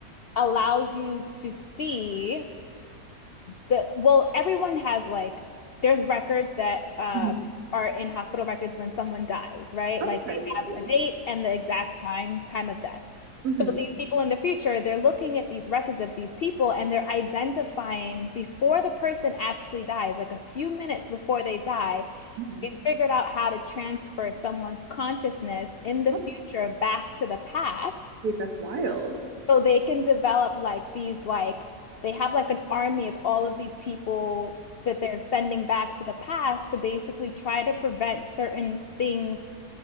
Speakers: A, on the left; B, on the right.
A: allows you to see. the well, everyone has like there's records that uh,
B: hmm
A: are in hospital records when someone dies, right?
B: Okay.
A: Like they have
B: Yeah.
A: the date and the exact time time of death.
B: hmm
A: So these people in the future, they're looking at these records of these people and they're identifying before the person actually dies, like a few minutes before they die,
B: hmm
A: they figured out how to transfer someone's consciousness in the
B: Oh,
A: future back to the past
B: wait, that's wild.
A: so they can develop like these like they have like an army of all of these people that they're sending back to the past to basically try to prevent certain things